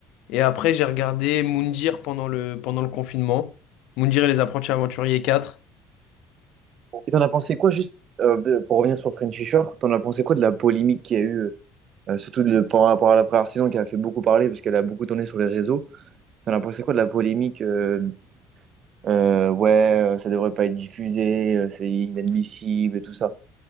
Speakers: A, on the left; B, on the right.
A: Et après, j'ai regardé Moundir pendant le, pendant le confinement. Moundir et les approches aventuriers quatre
B: Et t'en as pensé quoi, juste euh, de- pour revenir sur Frenchy Shore, t'en as pensé quoi de la polémique qu'il y a eu, euh, surtout de, par rapport à la première saison qui a fait beaucoup parler parce qu'elle a beaucoup tourné sur les réseaux. T'en as pensé quoi de la polémique euh, euh, ouais, euh, ça devrait pas être diffusé, euh, c'est inadmissible et tout ça.